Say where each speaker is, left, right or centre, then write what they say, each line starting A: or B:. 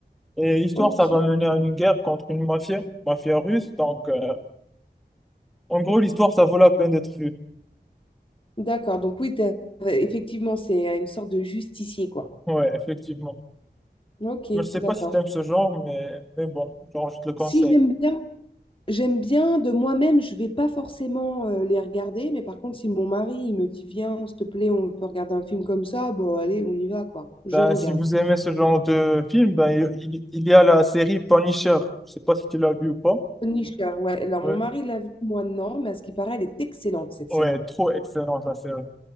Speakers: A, in the centre; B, on the left.
A: Et l'histoire,
B: Ok,
A: ça va mener à une guerre contre une mafia, mafia russe. Donc, euh, en gros, l'histoire, ça vaut la peine d'être vue.
B: d'accord. Donc oui, t'as- effectivement, c'est euh, une sorte de justicier, quoi.
A: Ouais, effectivement.
B: Ok,
A: Je sais
B: d'accord.
A: pas si t'aimes ce genre, mais, mais bon, genre, je te le conseille.
B: Si j'aime bien, j'aime bien de moi-même, je vais pas forcément euh, les regarder, mais par contre, si mon mari il me dit, viens, s'il te plaît, on peut regarder un film comme ça, bon, allez, on y va, quoi. Je
A: Ben,
B: regarde.
A: si vous aimez ce genre de film, ben, il, il y a la série Punisher. Je sais pas si tu l'as vu ou pas.
B: Punisher, ouais. Alors
A: Ouais,
B: mon mari l'a vu, moi non, mais à ce qui paraît, elle est excellente, cette
A: ouais,
B: série.
A: trop excellente la série.